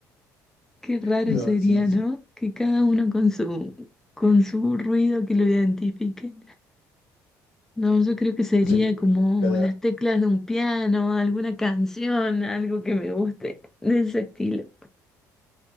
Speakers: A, in the centre; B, on the left (about 65°).
A: Qué raro
B: No,
A: sería,
B: sí, sí.
A: ¿no? Que cada uno con su, con su ruido que lo identifique. No, yo creo que sería
B: Sería bueno
A: como
B: que cada...
A: las teclas de un piano, alguna canción, algo que me guste de ese estilo.